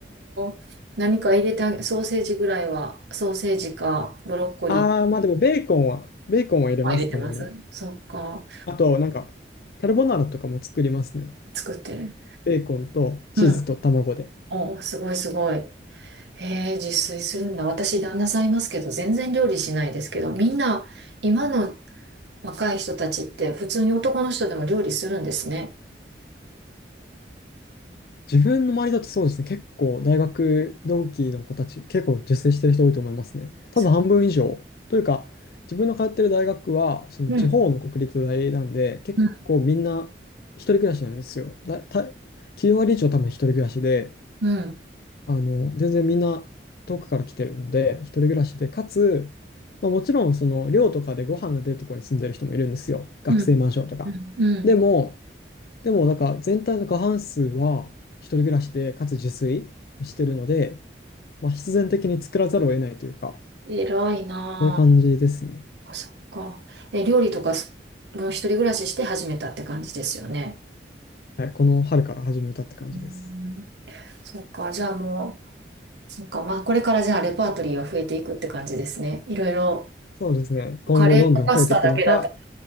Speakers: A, on the right; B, on the left.
A: うか。何か入れたソーセージぐらいは、ソーセージかブロッコリー
B: ああ、まあでもベーコンは、ベーコンは入れます、
A: は入れてますそうか。
B: たまに。あと、なんか、カルボナーラとかも作りますね。
A: 作ってる。
B: ベーコンとチーズと卵で。
A: うん。お、すごいすごい。へえ、自炊するんだ。私、旦那さんいますけど、全然料理しないですけど、みんな、今の若い人たちって、普通に男の人でも料理するんですね。
B: 自分の周りだとそうですね、結構大学同期の子たち、結構自炊してる人多いと思いますね。多分半分以上。
A: そ
B: というか、自分の通ってる大学は、その地方の国立大なんで、
A: ううん。
B: 結構みんな一人暮らしなんですよ。
A: うん。
B: だ、た、9割以上多分一人暮らしで、
A: うん。
B: あの、全然みんな遠くから来てるので、一人暮らしで、かつ、まあ、もちろんその寮とかでご飯が出るところに住んでる人もいるんですよ。学生マンションとか。
A: うん。うん。うん
B: でも、でもなんか全体の過半数は一人暮らしで、かつ自炊をしてるので、まあ、必然的に作らざるを得ないというか、
A: 偉いなあ
B: そういう感じですね。
A: か、そっか。え、料理とかす、もう一人暮らしして始めたって感じですよね。
B: はい、この春から始めたって感じです。
A: うんそっか、じゃあもう、そっか、まあこれからじゃあレパートリーは増えていくって感じですね。いろいろ、
B: そうですね。今後どんどん増えていくのか、
A: カレーとパスタだけだった。